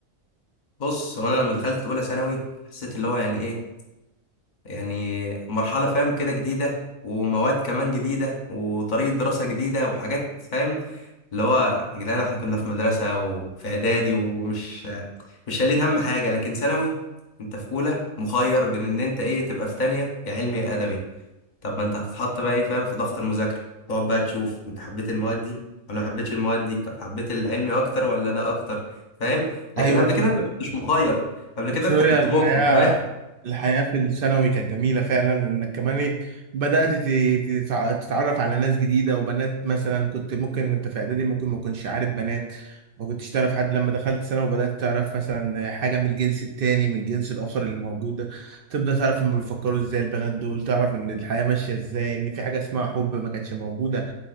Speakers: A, on the left (about 40°); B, on the right (about 65°).
A: بص هو انا لما دخلت اولى ثانوي حسيت اللي هو يعني ايه يعني مرحلة فاهم كده جديدة ومواد كمان جديدة وطريقة دراسة جديدة وحاجات فاهم اللي هو يا جدعان احنا كنا في مدرسة وفي إعدادي ومش مش شايلين هم حاجة لكن ثانوي انت في أولى مخير بين إن انت ايه تبقى في تانية يا علمي يا أدبي طب ما انت هتتحط بقى ايه فاهم في ضغط المذاكرة تقعد بقى تشوف انت حبيت المواد دي ولا ما حبيتش المواد دي طب حبيت العلمي أكتر ولا ده أكتر فاهم لكن
B: أيوة
A: قبل كده انت ما كنتش مخير قبل كده
B: بس
A: انت
B: هي
A: كنت
B: الحياة
A: مجبر فاهم
B: الحياة في الثانوي كانت جميلة فعلا وإنك كمان إيه بدأت ت- تتع- تتعرف على ناس جديدة وبنات مثلا كنت ممكن وأنت في إعدادي ممكن ما كنتش عارف بنات ما كنتش تعرف حد لما دخلت ثانوي وبدأت تعرف مثلا حاجة من الجنس التاني من الجنس الآخر اللي موجودة تبدأ تعرف هما بيفكروا إزاي البنات دول تعرف إن الحياة ماشية إزاي إن في حاجة اسمها حب ما كانتش موجودة